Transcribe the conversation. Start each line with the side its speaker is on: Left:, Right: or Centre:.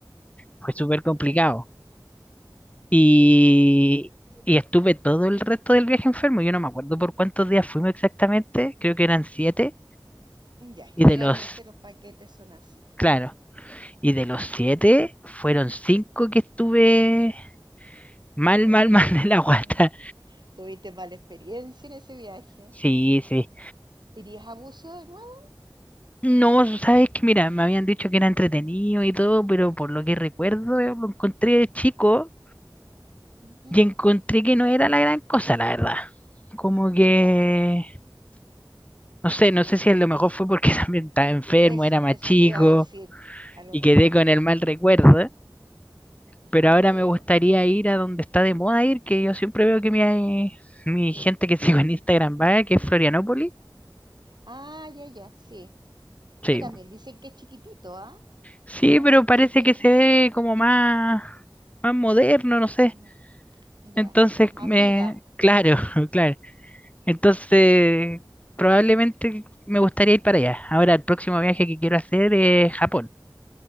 Left: fue súper complicado.
Right: Mm,
Left: Y,
Right: Y
Left: y estuve todo el resto del viaje enfermo. Yo no me acuerdo por cuántos días fuimos exactamente. Creo que eran siete.
Right: Ya, generalmente
Left: Y de los,
Right: los paquetes son así.
Left: claro, Y de los siete, fueron cinco que estuve mal, mal,
Right: ¡Ay, pobre!
Left: <laughs> mal de la guata.
Right: ¿Tuviste mala experiencia en ese viaje?
Left: Sí, sí.
Right: ¿Irías a Bucio de nuevo?
Left: No, sabes que mira, me habían dicho que era entretenido y todo, pero por lo que recuerdo, eh, lo encontré de chico
Right: Ujú,
Left: y encontré que no era la gran cosa, la verdad. Como que,
Right: Ya,
Left: no sé, no sé si a lo mejor fue porque <laughs> también estaba enfermo,
Right: eso,
Left: era más
Right: eso
Left: chico
Right: te iba a decir. A lo
Left: y
Right: mejor,
Left: quedé con el mal recuerdo, pero
Right: yo creo.
Left: ahora me gustaría ir a donde está de moda ir, que yo siempre veo que mi, eh, mi gente que <laughs> sigo en Instagram va, que es Florianópolis.
Right: Ah, ya, ya, sí.
Left: Sí.
Right: Pero también dicen que es chiquitito, ¿ah?
Left: Sí,
Right: También
Left: pero parece
Right: dicen que es
Left: que
Right: más
Left: se
Right: chico.
Left: ve como más, más moderno, no sé.
Right: Mm, Ya,
Left: Entonces,
Right: con más
Left: me,
Right: vida.
Left: claro, <laughs> claro. Entonces, probablemente me gustaría ir para allá. Ahora, el próximo viaje que quiero hacer es Japón.